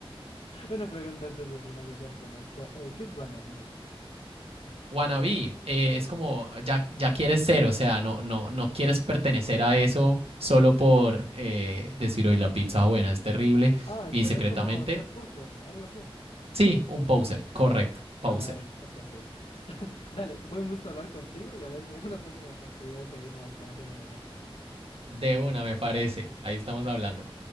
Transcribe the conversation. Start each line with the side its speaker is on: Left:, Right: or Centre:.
Left: Una pregunta antes de finalizar con esto. eh, ¿qué es wannabe?
Right: Wannabe eh,
Left: Wannabe.
Right: es como ya, ya quieres ser, o sea, no, no, no quieres pertenecer a eso solo por eh, decir hoy la pizza buena es terrible
Left: Ah, espera,
Right: y secretamente
Left: es como ser poser, algo así.
Right: Sí, un poser, correcto,
Left: Ah,
Right: poser.
Left: va, va, ok, ok. <laughs> Dale, buen gusto hablar contigo y a ver si en una próxima oportunidad seguimos conociéndonos mejor.
Right: De una, me parece. Ahí estamos hablando.